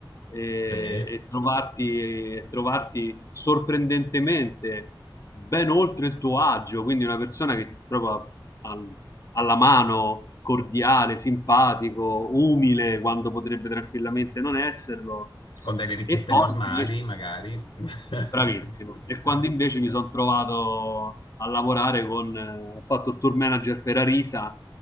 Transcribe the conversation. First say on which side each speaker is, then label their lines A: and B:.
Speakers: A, on the left; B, on the left.
A: eh,
B: sì,
A: e, trovarti, e trovarti sorprendentemente ben oltre il tuo agio, quindi una persona che proprio al- alla mano, cordiale, simpatico, umile, quando potrebbe tranquillamente non esserlo.
B: con delle richieste
A: E poi
B: normali,
A: invece
B: magari. <laughs>
A: Bravissimo.
B: Capito?
A: E quando invece mi sono trovato a lavorare con, eh, ho fatto il tour manager per Arisa